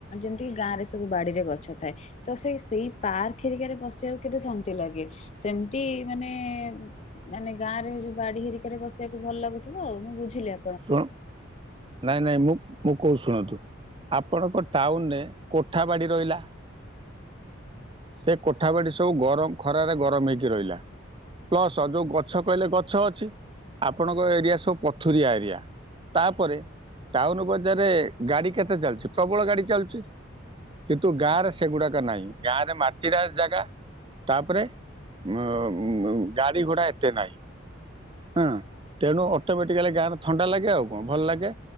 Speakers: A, on the left; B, on the right.
A: ଯେମିତି କିି ଗାଁ ରେ ସବୁ ବାଡିରେ ଗଛ ଥାଏ। ତ ସେଇ ସେଇ ପାର୍କେରିକାରେ ବସିବାକୁ କେତେ ଶାନ୍ତି ଲାଗେ। ସେମିତି ମାନେ ମାନେ ଗାଁ ରେ ଯୋଉ ବାଡି ହେରିକାରେ ବସେଇିବାକୁ ଭଲ ଲାଗୁଥିବ ଆଉ। ମୁଁ ବୁଝିଲି ଆଉ।
B: ଶୁଣ ନାଇଁ ନାଇଁ ମୁ ମୁଁ କହୁ ଶୁଣନ୍ତୁ ଆପଣଙ୍କ ଟାଉନରେ କୋଠା ବାଡି ରହିଲା। ସେ କୋଠା ବାଡି ସବୁ ଗରମ ଖରାରେ ଗରମ ହେଇକି ରହିଲା ପ୍ଲସ ଯୋଉ ଗଛ କହିଲେ ଗଛ ଅଛି ଆପଣଙ୍କ ଏରିଆ ସବୁ ପଥୁରିଆ ଏରିଆ ତାପରେ ଟାଉନ ବଜାରରେ ଗାଡି କେତେ ଚାଲିଛି ପ୍ରବଳ ଗାଡି ଚାଲୁଛି କିନ୍ତୁ ଗାଁ ରେ ସେଗୁଡାକ ନାହିଁ ଗାଁରେ ମାଟି। ଚିଡା ଜାଗା ତାପରେ ଉ ଗାଡି ଘୋଡା ଏତେ ନାହିଁ ହଁ ତେଣୁ ଅଟୋମେଟିକାଲି ଗାଁ ଥଣ୍ଡା ଲାଗେ ଆଉ କଣ ଭଲ ଲାଗେ